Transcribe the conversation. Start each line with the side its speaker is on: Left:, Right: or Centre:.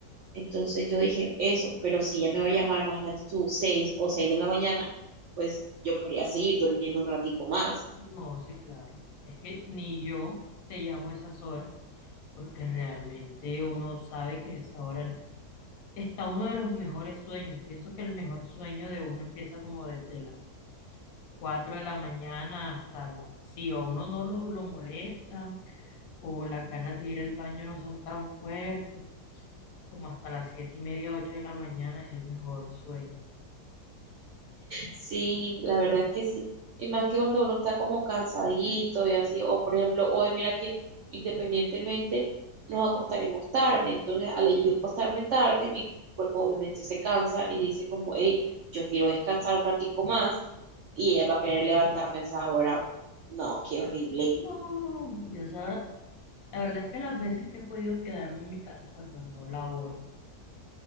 Right: Entonces yo dije eso, pero si ella me va a llamar, imagínate tú, 6 o 6 de la mañana, pues yo quería seguir durmiendo un ratico más.
Left: No, sí, claro. Es que ni yo te llamo a esas horas porque realmente uno sabe que a esa hora está uno de los mejores sueños. Pienso que el mejor sueño de uno empieza como desde las 4 de la mañana hasta las... Si a uno no lo, lo molesta o las ganas de ir al baño no son tan fuertes, como hasta las siete y media, 8 de la mañana es el mejor sueño.
Right: Sí, la verdad es que sí. Y más que cuando uno está como cansadito y así, o por ejemplo, hoy mira que independientemente nos acostaremos tarde, entonces al yo acostarme tarde, mi cuerpo obviamente se cansa y dice como, hey, yo quiero descansar un ratico más y ella va a querer levantarme a esa hora. No, qué horrible.
Left: No, yo esa hora- La verdad es que las veces que he podido quedarme en mi casa cuando no laboro,